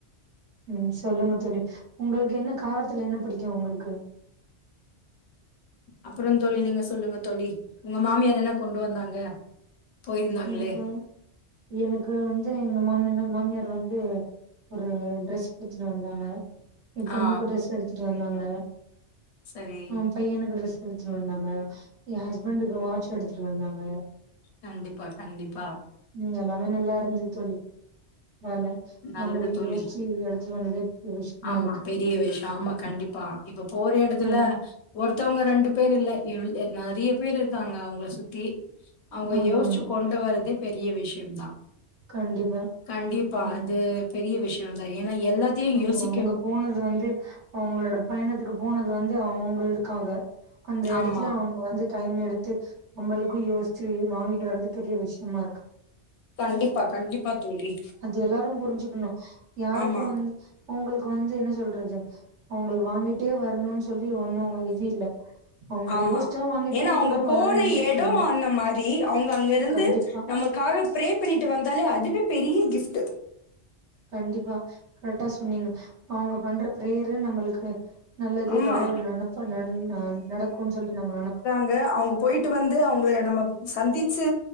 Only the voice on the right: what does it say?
ம் சொல்லுங்க தோழி உங்களுக்கு என்ன காரத்துல என்ன புடிக்கு உங்களுக்கு
எனக்கு வந் எனக்கு வந்து எங்க மாம்மன்னா மாமியார் வந்து ஒரு ட்ரெஸ் எடுத்துட்டு வந்தாங்க எ பொண்ணுக்கு
ட்ரெஸ் எடுத்துட்டு வந்தாங்க
ஆ பையனுக்கு டிரெஸ் எடுத்துட்டு வந்தாங்க எ ஹஸ்பண்டுக்கு வாட்ச் எடுத்துட்டு வந்தாங்க
ம் எல்லாமே நல்லாருந்தது தோழி வேல
நம்மளு
யோசிச்சு எடுத்துட்டு வந்ததே பெரிய விஷயமா
இருக்கு
ஆ
ஆமா
ஆமா
கண்டிப்பா
ம்
ஆமா
அவங்க போனது வந்து அவங்களோட பயணத்துக்கு போனது வந்து அவுங்களுக்காக அந்த எடத்துல
அவங்க வந்து டைம் எடுத்து நம்மளுக்கு யோசி ஆக்சுவலி வாங்கிட்டு வர்றது பெரிய விஷயமாருக்கு
அது எல்லாரு புரிஞ்சுக்கணு யாருக்கு
வந்து உங்களுக்கு வந்து என்ன சொல்றது அவங்களுக்கு வாங்கிட்டே வரணுன் சொல்லி ஒண்ணு இது இல்ல அவங்க
யோசிச்சா வாங்கிட்டும்
கூட வர
வந்திருக்கலாமா
கண்டிப்பா
கண்டிப்பா கரெக்டா சொன்னீங்க அவங்க பண்ற ப்ரேயரு நம்மளுக்கு நல்லது
கடவுள் நனப்ப நன்னா நடக்குன் சொல்லி நம்ம நெனப்போ